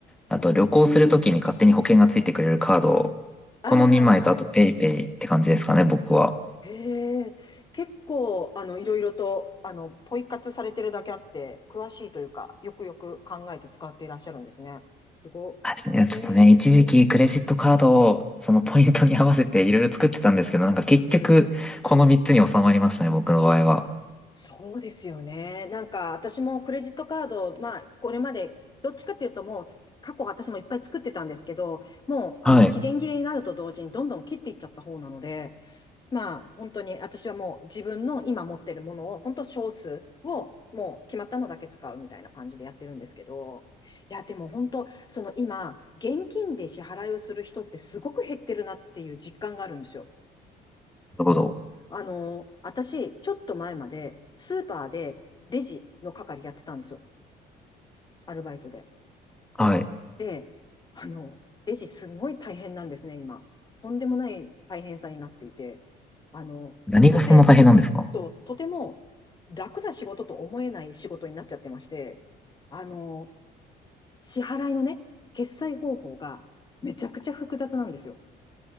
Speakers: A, on the left; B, in the centre.
A: うん。
B: あと旅行するときに勝手に保険がついてくれるカード、
A: ああ、
B: この2枚とあとペイペイって感じですかね、僕は。
A: へえ。結構、あの、いろいろと、あの、ポイ活されてるだけあって、詳しいというか、よくよく考えて使っていらっしゃるんですね。すごっ。
B: はいですねいや、
A: へえ。
B: ちょっとね、一時期クレジットカードをそのポイントに合わせていろいろ作ってたんですけど、なんか結局、
A: うん。うん。
B: この3つに収まりましたね、僕の場合は。
A: そうですよね。なんか私もクレジットカード、まあこれまでどっちかっていうともうつ過去私もいっぱい作ってたんですけど、もうあの期限切れになると同時にどんどん切っていっちゃった方なので、
B: はい。な
A: まあ本当に私はもう自分の今持ってるものを本当少数をもう決まったのだけ使うみたいな感じでやってるんですけど、いやでも本当その今現金で支払いをする人ってすごく減ってるなっていう実感があるんですよ。
B: るほど。
A: もう、あのー私、ちょっと前まで、スーパーでレジの係やってたんですよ。アルバイトで。
B: はい。
A: で、あの、レジすごい大変なんですね、今。とんでもない大変さになっていて、あの、
B: 何がそんな大変なんですか
A: とて、そう、とても楽な仕事と思えない仕事になっちゃってまして、あの、支払いのね、決済方法がめちゃくちゃ複雑なんですよ。